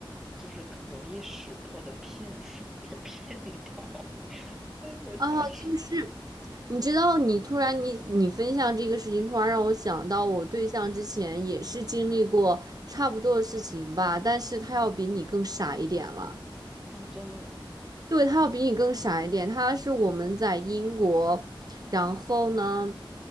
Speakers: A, in the centre; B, on the right.
A: 就是容易识破的骗术给骗到，<laughs> 所以我就想说，
B: 啊，就是。你知道，你突然你你分享这个事情，突然让我想到，我对象之前也是经历过差不多的事情吧，但是他要比你更傻一点了。
A: 嗯，真的吗？
B: 对，他要比你更傻一点。他是我们在英国，然后呢，